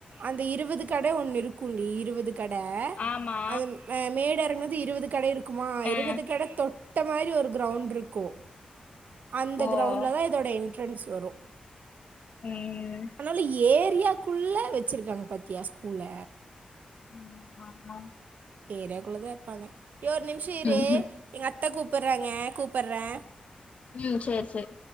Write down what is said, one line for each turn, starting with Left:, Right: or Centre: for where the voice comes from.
Right: அந்த இருவது கட ஒன்னு இருக் குண்டி இருவது கட
Left: ஆமா
Right: அது மே மேல் கீழ இறங்குனதும் இருபது கட இருக் க்குமா இருபது
Left: ஆ
Right: கட தொட்ட மாதிரி ஒரு கிரவுண்டு இருக்கும் அந்த
Left: ஓ
Right: கிரவுண்டுல தான் இதோட எண்ட்ரன்ஸ் வரும்
Left: ம்
Right: தியக்குள்ள வெச் வச்சுருக்காங்க பாத்தியா ஸ்கூல்ல
Left: உம் ஆமாம்
Right: ஏரியாக்குள்ளதா இர்ப்பாங்க ஏ ஒர் நிம்ஷொ இரு
Left: ம்
Right: எங்க அத்த கூப்புர்றாங்க கூப்புர்றே
Left: உம் சேர் சேர்